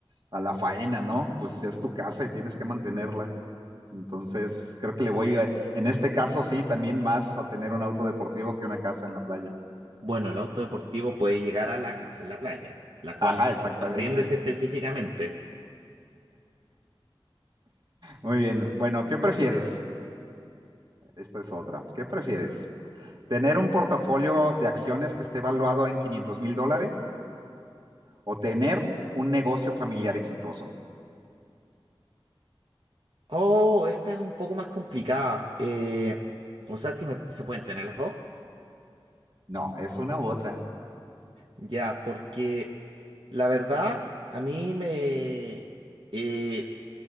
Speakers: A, on the right; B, on the right.
A: a la faena, ¿no? Pues ya es tu casa y tienes que mantenerla. Entonces, creo que le voy, a- en este caso sí, también más a tener un auto deportivo que una casa en la playa.
B: Bueno, el auto deportivo puede llegar a la casa en la playa, la cual
A: Ajá, exactamente.
B: arriéndese específicamente.
A: Muy bien. Bueno, ¿qué prefieres? Esta es otra. ¿Qué prefieres? ¿Tener un portafolio de acciones que esté valuado en 500 mil dólares o tener un negocio familiar exitoso?
B: Oh, esta es un poco más complicada. Eh, o sea, si me- se pueden tener las dos.
A: No, es una u otra.
B: Ya, porque la verdad, a mí me... eh,